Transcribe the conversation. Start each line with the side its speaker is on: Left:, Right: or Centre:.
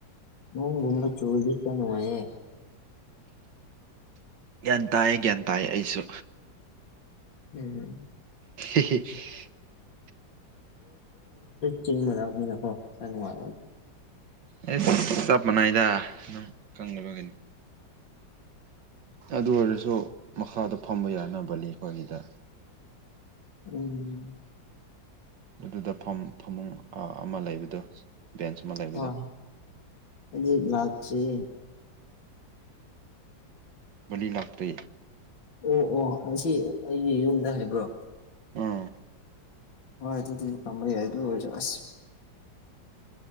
Left: ꯃ ꯨꯗ ꯆꯣꯗꯁꯅꯅꯨꯡꯉꯌꯦꯦ
Right: ꯒ꯭ꯌꯥꯟ ꯇꯥꯏꯌꯦ ꯒ꯭ꯌꯥꯟ ꯇꯥꯏꯌꯦ ꯑꯩꯁꯨ
Left: ꯍꯝ
Right: <inaudible>
Left: ꯆꯕꯅ ꯀꯣ ꯁ ꯃꯥ
Right: ꯑꯩ ꯆꯞ ꯃꯅꯥꯏꯗ ꯅꯪ ꯈꯕꯒꯅꯤ ꯑꯗꯨ ꯑꯣꯏꯔꯁꯨ ꯃꯈꯥꯗ ꯐꯝꯕ ꯌꯥꯅꯕꯅꯤ ꯑꯩꯈꯣꯏꯒꯤꯗ
Left: ꯎꯝ
Right: ꯑꯗꯨꯗ ꯐꯃꯨꯡ ꯑꯃ ꯂꯩꯕꯗꯣ ꯕꯦꯟꯁ ꯑꯃ ꯂꯩꯕꯗꯣ
Left: ꯍ ꯂꯇꯔꯤ
Right: ꯃ ꯂꯥꯛꯇ
Left: ꯑꯣ ꯑꯣ ꯑꯁꯤ ꯑꯩꯒꯤ ꯌꯨꯝꯗ ꯍꯥꯏꯕ꯭ꯔꯣ
Right: ꯎꯝ
Left: ꯍꯣꯏ ꯑꯗꯨ ꯇ ꯈ ꯍꯥꯏ ꯇꯁ